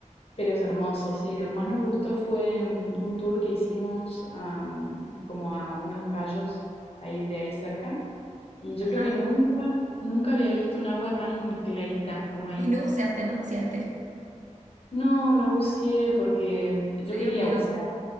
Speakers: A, on the left; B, on the right.
A: Pero es hermoso, sí. Lo que más nos gustó fue mm, un tour que hicimos a, mm, como a unos cayos ahí de ahí cerca. Y yo
B: Ajá.
A: creo que nunca, nunca había visto un agua tan clarita como ahí.
B: ¿Y no buceaste? ¿No buceaste?
A: No, no buceé porque yo
B: ¿Te
A: quería
B: dio miedo?
A: bucear.